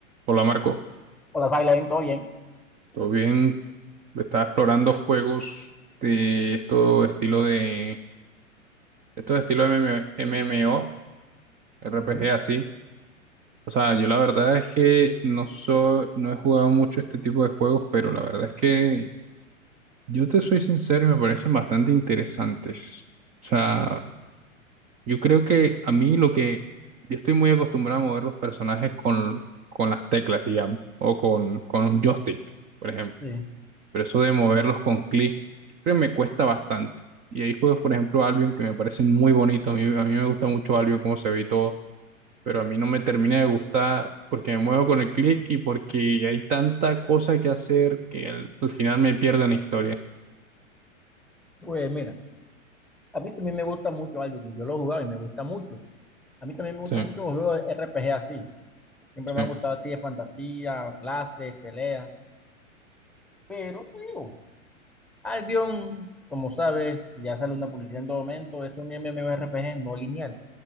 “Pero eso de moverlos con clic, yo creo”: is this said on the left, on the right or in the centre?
Right